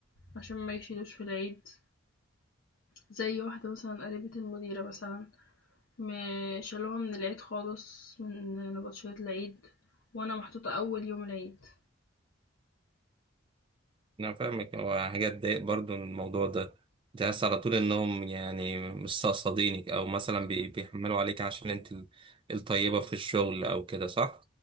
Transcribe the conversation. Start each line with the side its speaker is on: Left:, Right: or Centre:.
Left: عشان ما يشيلوش في العيد زي واحدة مثلا قريبة المديرة مثلا ما شالوها من العيد خالص من نبطشيات العيد وانا محطوطة اول يوم العيد
Right: انا فاهمك هو حاجات تضايق برضو الموضوع ده تحس على طول انهم يعني مستقصدينك او مثلا بي- بيحملوا عليك عشان انت ال- الطيبة في الشغل او كده صح